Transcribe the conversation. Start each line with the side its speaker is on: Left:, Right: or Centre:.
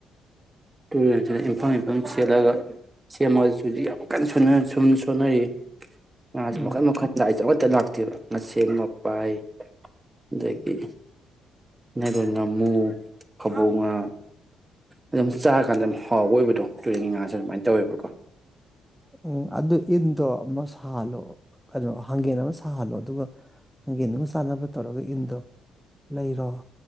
Right: ꯇꯨꯔꯦꯟꯁꯤꯗ ꯏꯝꯐꯝ ꯏꯝꯐꯝꯜ ꯁꯦꯠꯂꯒ ꯁꯦꯝꯃꯒꯁꯨ ꯌꯥꯝ ꯀꯟꯅ ꯁꯨꯝ ꯁꯣꯅꯔꯤ ꯑ
Centre: ꯎꯝ
Right: ꯃ ꯃꯈ ꯈ ꯆ <unintelligible> ꯍꯦꯛꯇ ꯂꯥꯛꯇꯦꯕ ꯉꯁꯦꯞ ꯉꯄꯥꯏ ꯑꯗꯒꯤ ꯅꯩꯅꯣꯟ ꯉꯥꯃꯨ ꯒꯕꯧ ꯉꯥ ꯑꯗꯨꯝ ꯆꯥꯔ ꯀꯥꯟꯗ ꯍꯥꯎꯕ ꯑꯣꯏꯕꯗꯣ ꯇꯨꯔꯦꯟꯒꯤ ꯉꯥꯁꯦ ꯑꯗꯨꯃꯥꯏꯅ ꯇꯧꯋꯦꯕꯀꯣ
Centre: ꯎꯝ ꯑꯗꯨ ꯏ ꯗꯣ ꯁꯥꯍꯜꯂꯣ ꯑꯗꯣ ꯍꯥꯡꯒꯦꯟ ꯑꯃ ꯁꯥꯍꯜꯂꯣ ꯑꯗꯨꯒ ꯍꯪꯒꯦꯟꯗꯨꯒ ꯆꯥꯟꯅꯕ ꯇꯧꯔꯒ ꯏꯟꯗꯣ ꯂꯩꯔꯣ